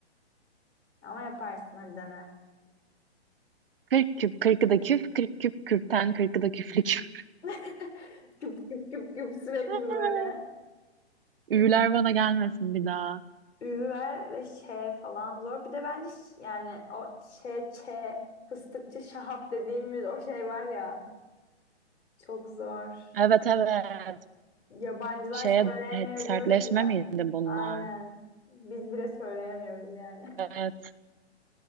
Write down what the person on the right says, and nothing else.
Kırk küp, kırkı da küp, kırk küp kürkten, kırkı da küflü küp.
<laughs>
Üyüler
bana gelmesin bir daha.
Evet evet.
Şeye
evet, sertleşme
miydi bunlar?
Evet.